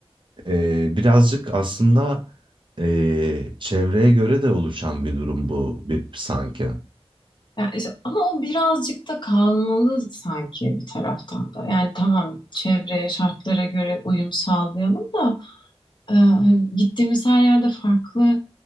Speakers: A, on the right; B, on the left.
A: Eee, birazcık aslında eee, çevreye göre de oluşan bir durum bu bir, sanki.
B: Ya işte- ama o birazcık da kalmalı sanki bir taraftan da. Yani tamam çevreye, şartlara göre uyum sağlayalım da e, hani gittiğimiz her yerde farklı